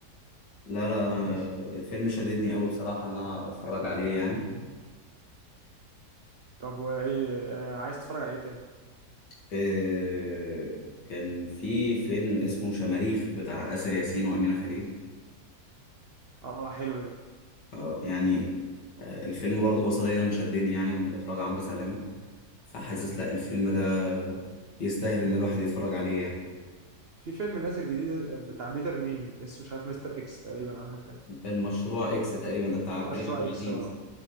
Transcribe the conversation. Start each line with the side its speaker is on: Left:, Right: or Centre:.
Left: لا لا انا
Right: بس
Left: الفيلم شددني قوي بصراحه ان انا اتفرج عليه يعني
Right: طب وايه آه، عايز تتفرج على ايه تاني
Left: إيه كان في فيلم اسمه شماريخ بتاع آسر ياسين وأمينة خليل
Right: اه حلو ده
Left: آه يعني آه الفيلم برضه بصريا شدني يعني ومن اخراج عمرو سلامه فحاسس لا الفيلم ده يستاهل ان الواحد يتفرج عليه يعني
Right: في فيلم نازل جديد آه، بتاع بيتر ميمي اسمه مش عارف مستر اكس تقريبا او حاجه كده.
Left: المشروع اكس تقريبا ده بتاع كريم
Right: مشروع
Left: عبد العزيز
Right: اكس اه